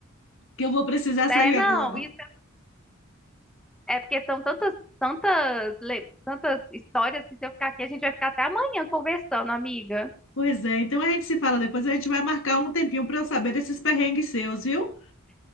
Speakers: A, on the left; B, in the centre.
A: que eu vou precisar sair
B: é não,
A: agora.
B: isso é, é porque são tantas, tantas, le- tantas histórias que se eu ficar aqui, a gente vai ficar até amanhã conversando, amiga.
A: Pois é, então a gente se fala depois, a gente vai marcar um tempinho para eu saber desses perrengues seus, viu?